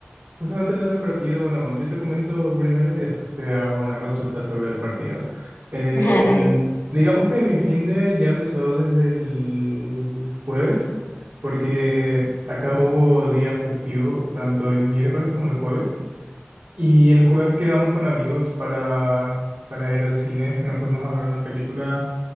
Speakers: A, on the right (about 65°); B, on the left (about 75°).
A: Justamente lo del partido, bueno, yo te comento primero y después te hago una consulta sobre el partido. En-
B: <laughs> Ah, vale.
A: digamos que mi fin de ya empezó desde el jueves, porque acá hubo día festivo, tanto el miércoles como el jueves, y el jueves quedamos con amigos para, para ir al cine, nos fuimos a ver una película